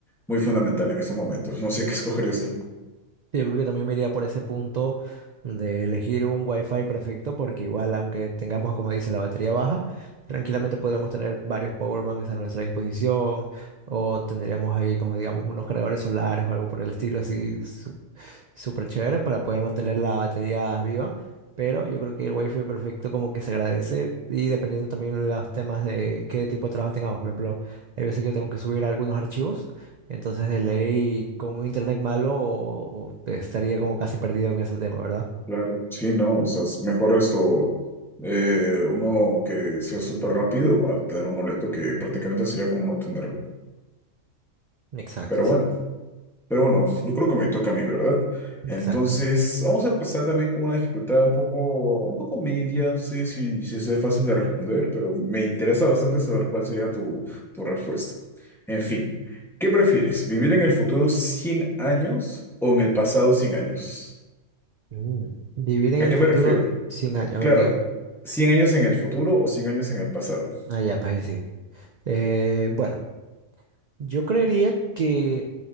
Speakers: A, in the centre; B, on the right.
A: muy fundamental en estos momentos. No sé qué escogerías tú.
B: Yo creo que también me iría por ese punto de elegir un Wi-Fi perfecto porque igual aunque tengamos, como dice, la batería baja, tranquilamente podríamos tener varios power banks a nuestra disposición o tendríamos ahí como digamos unos cargadores solares o algo por el estilo así súper chévere para poder mantener la batería viva, pero yo creo que el wifi perfecto como que se agradece y dependiendo también de los temas de qué tipo de trabajo tengamos. Por ejemplo, hay veces que yo tengo que subir algunos archivos, entonces de ley con un internet malo o- o estaría como casi perdido en ese tema, ¿verdad?
A: Claro, sí, no, o sea, es mejor esto, eh, uno que sea súper rápido, va a tener uno lento que prácticamente sería como no tenerlo.
B: Exacto,
A: Pero
B: exacto,
A: bueno, pero bueno, yo creo que me toca a mí, ¿verdad? Entonces,
B: exacto.
A: vamos a empezar también con una dificultad un poco, un poco media, no sé si, si sea fácil de responder, pero me interesa bastante saber cuál sería tu, tu respuesta. En fin, ¿qué prefieres? ¿Vivir en el futuro 100 años o en el pasado 100 años?
B: Mm. Vivir en
A: ¿A
B: el
A: qué
B: futuro
A: me refiero?
B: 100 años, a
A: Claro,
B: ver, digan.
A: 100 años en el futuro o 100 años en el pasado,
B: Ah, ya, pues ahí sí. Eh, bueno, yo creería que...